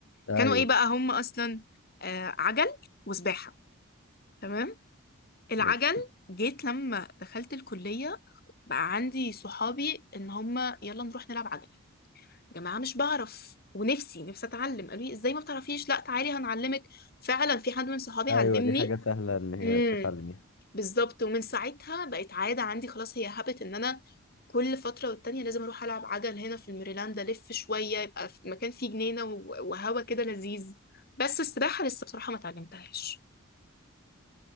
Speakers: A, on the left; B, on the left.
A: ايوه
B: كانوا ايه بقى هم اصلا آه عجل وسباحة تمام العجل
A: ماشي
B: جيت لما دخلت الكلية بقى عندي صحابي ان هم يلا نروح نلعب عجل جماعة مش بعرف ونفسي نفسي اتعلم قالوا لي ازاي ما بتعرفيش لا تعالي هنعلمك فعلا في حد من صحابي علمني
A: ايوه دي حاجة سهلة ان هي
B: مم.
A: تتعلميها
B: بالظبط ومن ساعتها بقت عادة عندي خلاص هي هابت ان انا كل فترة والتانية لازم اروح العب عجل هنا في الميريلاند الف شوية يبقى في مكان فيه جنينة و- وهوا كده لذيذ بس السباحة لسه بصراحة ما اتعلمتهاش